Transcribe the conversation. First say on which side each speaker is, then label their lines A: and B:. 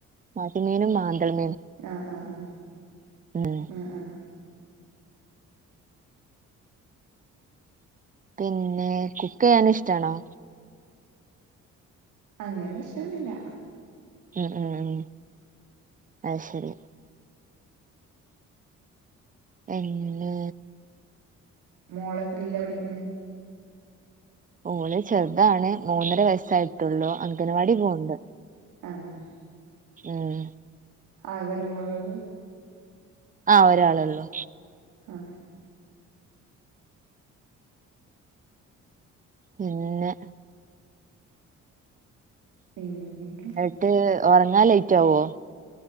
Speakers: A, on the right; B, on the right.
A: മത്തിമീനും മാന്തൾ മീനും
B: ആഹ ആഹ ആഹ
A: ഉം
B: അഹ ആഹ
A: പിന്നെ കുക്കെയ്യാൻ ഇഷ്ടാണോ
B: അങ്ങനെഷ്ടോന്നുല്ല
A: ഉം ഉം അഹ് ശെരി എണ്ണ്
B: മോളെത്രീല പഠിക്ക്ണ്
A: ഓള് ചെർതാണ് മൂന്നര വയസ്സായിട്ടുള്ളു അംഗൻവാടി പോവ്ണ്ട്
B: ആഹ
A: ഉം
B: ആകൊരു മോളോള്ളു
A: ആഹ ഒരാളള്ളൂ
B: ആഹ്
A: എഹ്
B: ഏഹ്
A: എന്നിട്ട് ഒറങ്ങാ ലൈറ്റാവോ